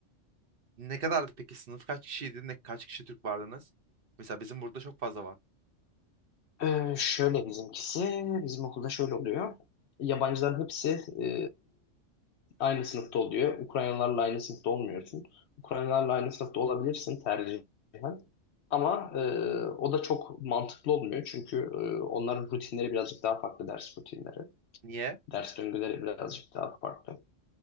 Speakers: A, on the right (about 50°); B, on the left (about 60°).
A: Ne kadardı peki sınıf kaç kişiydi? Ne, kaç kişi Türk vardınız? Mesela bizim burada çok fazla var.
B: E, şöyle bizimkisi. Bizim okulda şöyle oluyor. Yabancıların hepsi e, aynı sınıfta oluyor. Ukraynalılarla aynı sınıfta olmuyorsun. Ukraynalılarla aynı sınıfta olabilirsin tercihen. Ama e, o da çok mantıklı olmuyor. Çünkü e, onların rutinleri birazcık daha farklı ders rutinleri.
A: Niye?
B: Ders döngüleri birazcık daha farklı.